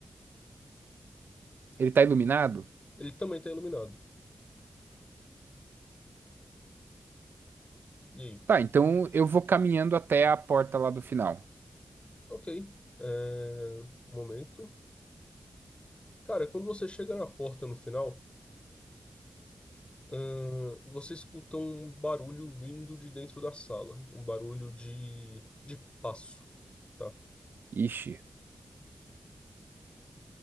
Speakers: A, on the right; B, on the left.
A: ele tá iluminado?
B: Ele também tá iluminado. E aí?
A: Tá, então eu vou caminhando até a porta lá do final.
B: Ok. É... Um momento. Cara, quando você chega na porta no final, ahn, você escuta um barulho vindo de dentro da sala. Um barulho de, de passo, tá?
A: Ixi.